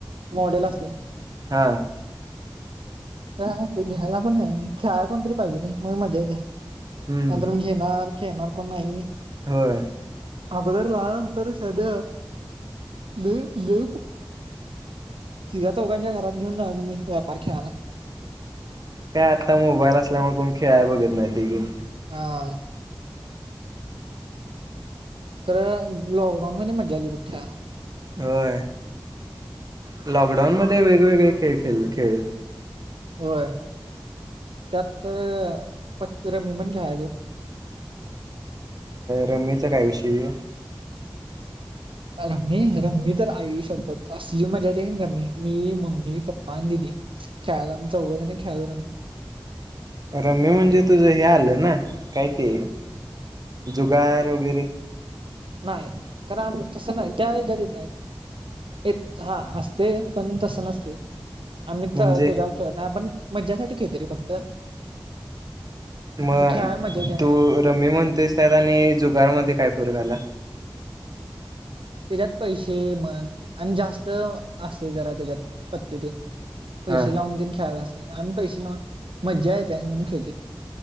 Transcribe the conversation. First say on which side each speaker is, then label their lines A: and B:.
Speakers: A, on the right (about 80°); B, on the right (about 45°).
A: मॉडेल असतील.
B: हा
A: का ते घ्यायला पण काही नाही खेळायला कोणतरी पाहिजे रे मग मजा येते
B: हम्म
A: अंतण घेणार येणार को नाहीई <inaudible>
B: होय
A: अगोदरी ला असत र शद्या ले तिघ चौघांच्या घरात घेऊन जा मी व्यापार खेळायला
B: काय आत्ता मोबाईल असल्यामुळे कोण खेळ आहे बघत नाही ते गेम
A: हा तर लॉकडाऊन म मजा आली बख्याला
B: होय लॉकडाऊनमध्येध्ये वेगवेगळे खेळ खेळ खेळत
A: होय त्यात तर प रमी म्हण घ्या आहे तू
B: रममीचा काय विषयी
A: रम्मी रम्मी तर आई सोबत असली मजा येत आहे की रम्मी मी मम्मी पप्पा आणि दिीदी खेळलाो आ्ही चौघद नाही खेळतो आ्ही
B: रम्य म्हणजे तुझं हे आलं ना काय ते जुगार वगैरे
A: नाही कारण आम्ही तसं नाही त्याही गधत नाही एक हा असते पण तस नसते आम्ही
B: म्हणजे
A: तर ते जाऊ शकत नाही आपण मज्जासाठी खेळतोय रे फक्त
B: मग
A: ती खेळायला मजा येते म्हणून
B: तू रममी म्हणतेसत आणि जुगार मध्ये काय फर घाला
A: त्याच्यात पैसे मन आणि जास्त असे जरा त्याच्यात पत्तीतीलन पैसे
B: हा
A: लावून तन खेळात असे आम् पैसे लावून मज्जा येते म्हणून खेळते